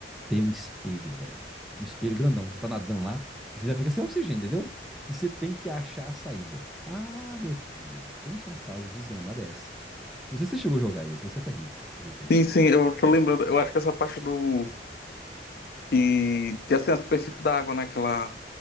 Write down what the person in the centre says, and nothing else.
tem um espelho, velho. Um espelho grandão. Você tá nadando lá e você já fica sem oxigênio, entendeu? E você tem que achar a saída. Ah, meu filho, pensa uma fase desgramada é essa. Não sei se você chegou a jogar isso, isso é terrível, terrível, terrível,
terrível.